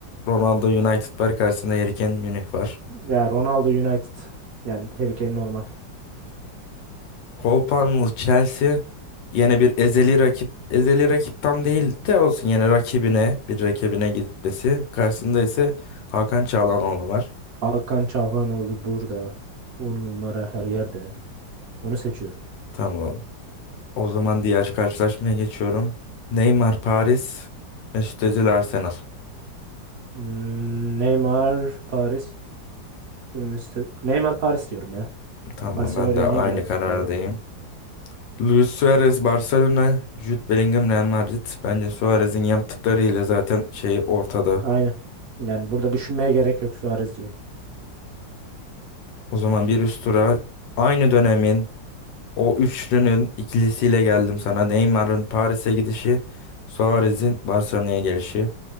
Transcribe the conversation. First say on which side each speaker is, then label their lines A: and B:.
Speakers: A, on the left; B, on the right.
A: Ronaldo United var karşısında Harry Kane Münih var.
B: Ya Ronaldo United. Yani Harry Kane normal.
A: Cole Palmer Chelsea yine bir ezeli rakip. Ezeli rakip tam değil de olsun yine rakibine bir rakibine gitmesi. Karşısında ise Hakan Çalhanoğlu var.
B: Hakan Çalhanoğlu burada. On numara her yerde. Onu seçiyorum.
A: Tamam. O zaman diğer karşılaşmaya geçiyorum. Neymar Paris, Mesut Özil Arsenal.
B: Hmm, Neymar Paris. Müste- Neymar Paris diyorum ya.
A: Tamam
B: Barcelona'yı
A: ben de aynı
B: niye bıraktım
A: karardayım.
B: be?
A: Luis Suarez Barcelona, Jude Bellingham Real Madrid. Bence Suarez'in yaptıklarıyla zaten şey ortada.
B: Aynen. Yani burada düşünmeye gerek yok Suarez diyorum.
A: O zaman bir üst tura aynı dönemin o üçlünün ikilisiyle geldim sana. Neymar'ın Paris'e gidişi, Suarez'in Barcelona'ya gelişi.